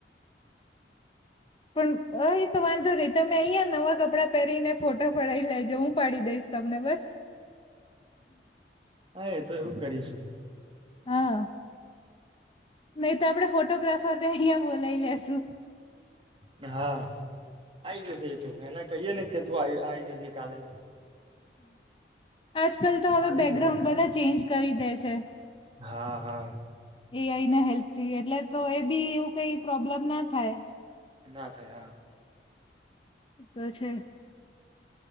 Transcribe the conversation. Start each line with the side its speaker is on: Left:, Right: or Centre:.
Left: પણ અ એ તો વાંધો નહી તમે અહીંયા નવા કપડાં પહેરીને ફોટો પડી લઈ હું પાડી દઈશ તમને બસ
Right: હા તો એવું કરીશું
Left: હા નહી તો આપણેે ફોટોગ્રાફરને અહીયા બોલાવી લેશુ
Right: હા
Left: <inaudible>
Right: આઈ જશે એ તો એને કહીએ ને કે તું આઈ જજે કાલે
Left: આજકાલ તો હવે
Right: આવી
Left: બેકગ્રાઉન્ડ
Right: જાય
Left: બધા ચેન્જ કરી દે છે.
Right: હા હા
Left: એઆઈ ના હેલ્પથી એટલે તો એ બી એવું કઈ પ્રોબ્લેમ ના થાય
Right: ના થાય હા.
Left: તો છે.